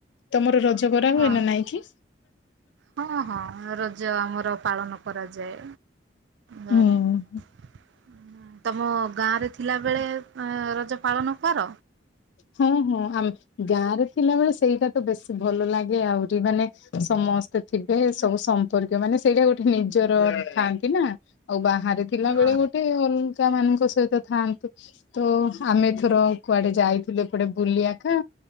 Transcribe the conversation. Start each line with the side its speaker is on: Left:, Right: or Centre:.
Left: ତମର ରଜ କରା ହୁଏ
Right: ଓ
Left: ନା ନାଇଁ କି?
Right: ହୋ ହଁ ହଁ ରଜ ଆମର ପାଳନ କରାଯାଏ ଘରେ
Left: ହୁଁ
Right: ହୁଁ ହୁଁ। ତମ ଗାଁରେ ଥିଲାବେଳେ ଆ ରଜ ପାଳନ କର
Left: ହୁଁ ହୁଁ ଆ ଗାଁ ରେ ଥିଲାବେଳେ ସେଇଟା ତ ବେଶୀ ଭଲ ଲାଗେ ଆହୁରି ମାନେ ସମସ୍ତେ ଥିବେ ସବୁ ସମ୍ପର୍କୀୟ ମାନେ ସେଇଟା ଗୋଟେ ନିଜର ଥାଆନ୍ତି ନା ଆଉ ବାହାରେ ଥିଲା ବେଳେ
Right: ଅ
Left: ଗୋଟେ ଅଲଗା ମାନଙ୍କ ସହ ସହିତ ଥାଆନ୍ତୁ। ତ ଆମେ କୁଆଡେ ଯାଇଥିଲେ କୁଆଡେ ବୁଲିବାକୁ।